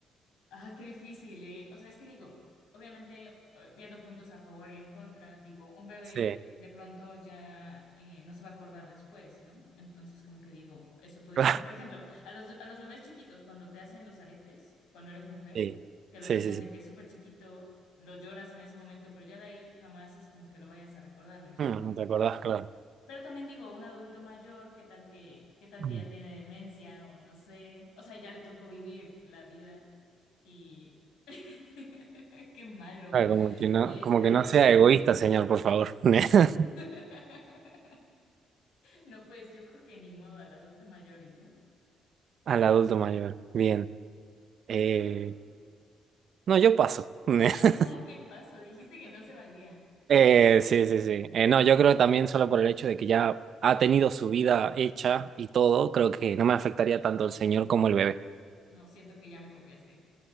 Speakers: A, on the left (about 90°); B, on the right (about 60°).
A: ah, qué difícil, ¿eh? O sea, es que digo, obviamente, eh, viendo puntos a favor y en contra, digo, un bebé
B: Sí,
A: de pronto ya eh, no se va a acordar después, ¿no? Entonces, como que digo, eso podría,
B: <laughs> claro.
A: o sea, por ejemplo, a los, a los bebés chiquitos, cuando te hacen los aretes, cuando eres mujer,
B: Sí,
A: te los
B: sí,
A: hacen
B: sí. sí.
A: de que es súper chiquito, lo lloras en ese momento, pero ya de ahí jamás es como que lo vayas a recordar, ¿me explico?
B: Mm, ¿No te acordás? Claro.
A: Pero también digo, un adulto mayor, ¿qué tal que, qué tal
B: Mm.
A: que ya tiene demencia o no sé? O sea, ya le tocó vivir la vida y <laughs> qué malo.
B: Claro, como que no,
A: Este,
B: como que no sea egoísta, señor, por favor. <laughs>
A: <laughs> no, pues yo creo que ni modo al adulto mayor, ¿y tú?
B: Al adulto mayor. Bien. Eh,
A: ¿Y tú?
B: no, yo paso. <laughs>
A: Ay, ¿cómo que pasó? Dijiste que no se valía.
B: Eh, sí, sí, sí. Eh, no, yo creo que también solo por el hecho de que ya ha tenido su vida hecha y todo, creo que no me afectaría tanto el señor como el bebé.
A: No, siento que ya me copiaste.